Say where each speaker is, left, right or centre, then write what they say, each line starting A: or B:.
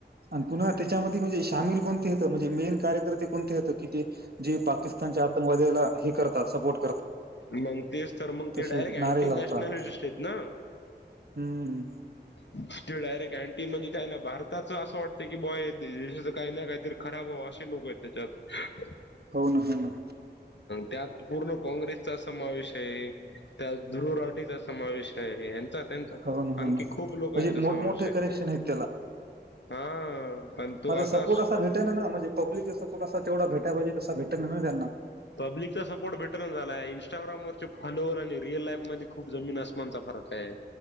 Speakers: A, on the right; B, on the left.
A: आणि पुन्हा त्याच्यामध्ये म्हणजे सामील कोणते होतं म्हणजे मेन कार्यकर्ते कोणते होते की जे पाकिस्तान.. म्हणजे आतंकवाद्याला सपोर्ट करतात.
B: मग तेच तर मग ते
A: तसे
B: डायरेक्ट
A: नारे
B: अँटी
A: लावतात
B: नॅशनलिस्ट आहेत ना.
A: हम्म.
B: ते डायरेक्ट अँटी म्हणजे भारताचं असं वाटतंय की बाय देशाचं काही ना काहीतरी खराब व्हावं. असे लोक आहेत त्याच्यात
A: हो ना हो ना.
B: त्यात पूर्ण काँग्रेसचा सपोर्ट समावेश आहे त्या धु्रुराटीचा समावेश आहे. त्यांचा
A: हो ना हो
B: आणखी
A: ना म्हणजे
B: खूप लोकांचा समावेश
A: मोठमोठे
B: आहे
A: कनेक्शन आहेत त्याला..
B: हा पण तो
A: मझ
B: आता
A: सपोर्ट असा भेटायना, ना म्हणजे पब्लिकचा सपोर्ट असा तेवढा भेटाय पाहिजे.. तसा भेटेना ना त्यांना..
B: पब्लिकचा सपोर्ट भेटेना झालाय इंस्टाग्रामवररचे फॉलोवर आणि रिअल लाईफमध्ये खूप जमीन आसमानचा फरक आहे.